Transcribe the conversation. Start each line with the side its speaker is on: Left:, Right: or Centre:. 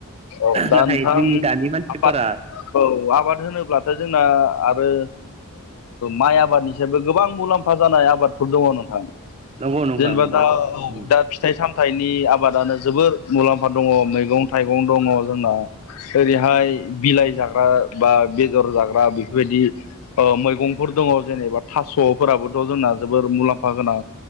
Left: औ दा
Right: नाथाय
Left: नोंथां
Right: जोंनि दानि मानसिफोरा
Left: आबाद औ आबाद होनोब्लाथ' जोंना आरो माइ आबादनिसबो गोबां मुलाम्फा जानाय आबादफोर दङ नोंथां।
Right: नंगौ नंगौ
Left: जेनेबा दाउ
Right: नंगौ
Left: दा फिथाइ साम थाइनि आबादानो जोबोर मुलाम्फा दङ मैगं थाइ दङ जोंना ओरैहाय बिलाइ जाग्रा बा बेदर जाग्रा बेफोरबायदि मैगंफोर दङ जेनेबा थास'फोराबोथ' जोंना जोबोर मुलाम्फा अफा गोनां